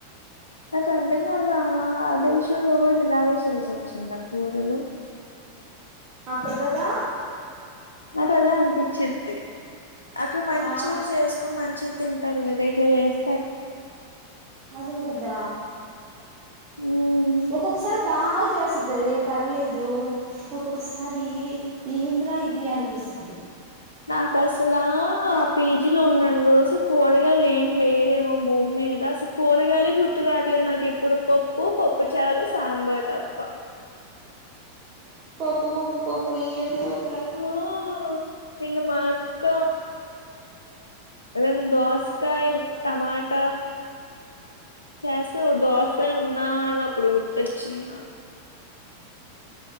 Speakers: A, on the left; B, on the right.
A: నాకు అర్థం కాదు ఆమ ఆ దేశంలో కూడా ఇలాగే చేసి వచ్చింద కూరలు
B: అక్కడ కదా
A: నాకు అదే అనిపిచిద్ది అక్కడ మంచిగా
B: ఆ
A: చేసుకు మంచిగా తింట టది కదా ఇట్లా చేస్
B: అదే కద
A: హ్మ్
B: ఒక్కొక్కసారి బా చేసిద్ది రీ పర్లేదు ఒక్కొక్కసారి ఈ ఈ ఎందిరా ఇది అనిపిస్తుంది
A: నాకసల పీ జీ లో ఉన్నన్ని రోజు కూరగాయలు ఏం లేవేమో భూమి మీద అసలు కూరగాయలే గుర్తు రాట్లే నాకు కెప్పుడు పప్పు పప్పు చారు సాంబార్ తప్ప
B: ప్పు పప్పు పప్పు ఏం పప్
A: ఆ నిన్న మా అక్క రెన్ దోసకాయ టమాట చేస్తూ దోసగాయలు ఉన్నా అని అప్పుడు గుర్తొచ్చింది